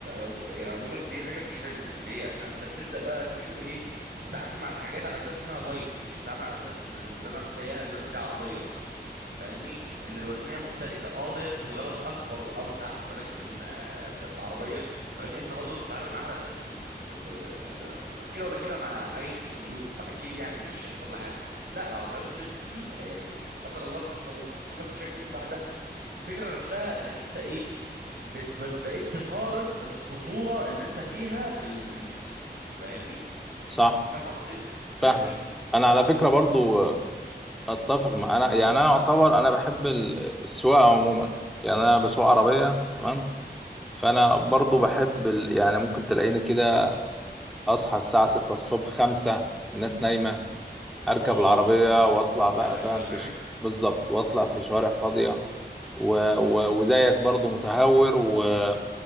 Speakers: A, on the right (about 70°); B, in the centre.
A: جو- يعني انا بقول لك دي حاجه مش حلوه ليه عشان انت بتبدا بقى تشوف ايه تتعامل مع الحاجات على اساس انها بايك مش تتعامل على اساس ان اللي انا مسيها دلوقتي دي عربيه مثلا فاهمني ان الوزنيه مختلفه اه دايره الغلط اكبر واوسع ولكن آه، في العربيه ولكن انت برضو بتتعامل معاها على اساس إن- لا لا- لا- لا- كده ولا كده انا عايش في صندوق فاكيد يعني مش هيحصل لي حاجه لا العربيات بتجيب يعني قدر الله بتحصل بتحصل لك مشاكل من بعدها الفكره نفسها انك انت ايه بت... ب- بقيت تقارن الخطورة اللي انت فيها بال... بالموتوسيكل فاهمني
B: صح
A: فاهم قصدي
B: فاهمك
A: فاهمني
B: انا على فكرة برضو اتفق مع انا يعني انا اعتبر انا بحب ال- السواقة عموما يعني انا بسوق عربية تمام فانا برضو بحب ال... يعني ممكن تلاقيني كده اصحى الساعه 6 الصبح 5 الناس نايمه اركب
A: الله
B: العربيه واطلع بقى
A: شغل
B: فاهم
A: شوية غنية
B: في ش... بالظبط واطلع في شوارع فاضيه و... و... وزيك برضو متهور و-